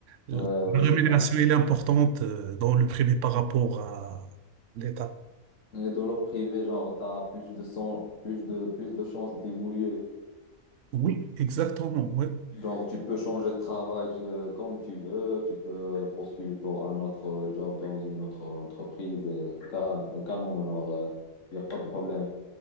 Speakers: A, on the right; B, on the left.
A: la
B: Ouais, ouais,
A: rémunération,
B: c'est ça.
A: elle est importante euh, dans le privé par rapport à l'État.
B: Et dans le privé, genre, t'as plus de son- plus de, plus de chances d'évoluer.
A: Oui, exactement, oui.
B: Donc, tu peux changer de travail euh, comme tu veux, tu peux postuler pour un autre job dans une autre entreprise, euh, calme, calmement, genre, il n'y a pas de problème.